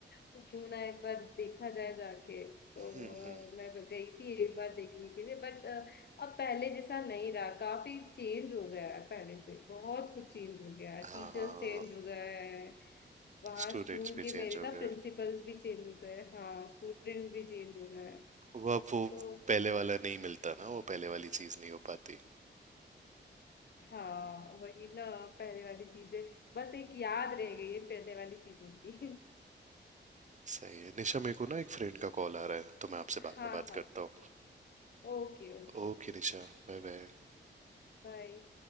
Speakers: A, on the left; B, on the right.
A: तो क्यों ना एक बार देखा जाए जाके तो
B: हम्म हम्म,
A: अ, मैं गई थी एक बार देखने के लिए बट अब पहले जैसा नहीं रहा काफी चेंज हो गया है पहले से बहुत कुछ चेंज हो गया है
B: हाँ
A: टीचर्स चेंज हो गए हैं वहाँ
B: स्टूडेंट्स
A: स्कूल
B: भी
A: के
B: चेंज
A: मेरे ना
B: हो गए
A: प्रिंसिपल्स भी चेंज हो गए हैं, हाँ स्टूडेंट्स भी चेंज हो गए हैं
B: वो अब
A: तो
B: वो पहले वाला नहीं मिलता ना वो पहले वाली चीज़ नहीं हो पाती
A: हाँ वही ना पहले वाली चीजें बस एक याद रह गई है पहले वाली चीजों की
B: सही है निशा मेरे को ना एक फ्रेंड का कॉल आ रहा है तो मैं आपसे
A: <laughs>
B: बाद
A: हाँ
B: में बात
A: हाँ
B: करता
A: Okay okay
B: हूँ Okay Nisha bye bye
A: बाय